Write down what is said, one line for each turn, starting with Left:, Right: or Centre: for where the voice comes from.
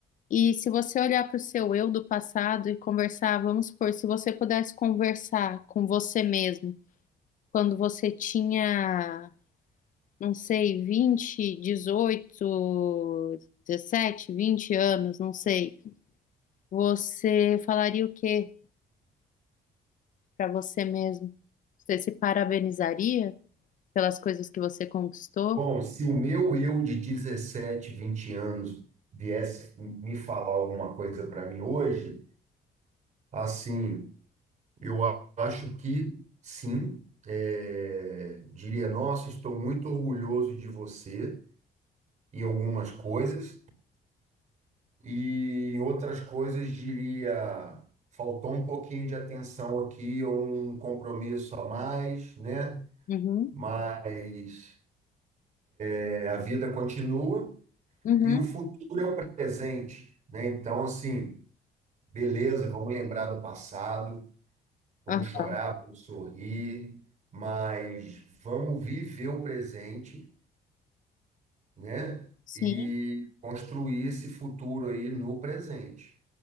Left: E se você olhar para o seu eu do passado e conversar, vamos supor, se você pudesse conversar com você mesmo quando você tinha não sei, 20, 18, 17, 20 anos, não sei, você falaria o quê para você mesmo? Você se parabenizaria pelas coisas que você conquistou?
Right: Bom, se o meu eu de 17, 20 anos viesse me falar alguma coisa para mim hoje, assim, eu a- acho que sim, é, diria, nossa, estou muito orgulhoso de você em algumas coisas, e em outras coisas diria, faltou um pouquinho de atenção aqui, ou um compromisso a mais, né? Uhum.
Left: Uhum,
Right: Mas É, a vida continua
Left: uhum,
Right: e o futuro é o presente, né? Então, assim, beleza, vamos lembrar do passado, vamos
Left: aham,
Right: chorar, vamos sorrir, mas vamos viver o presente, né?
Left: Sim,
Right: E construir esse futuro aí no presente,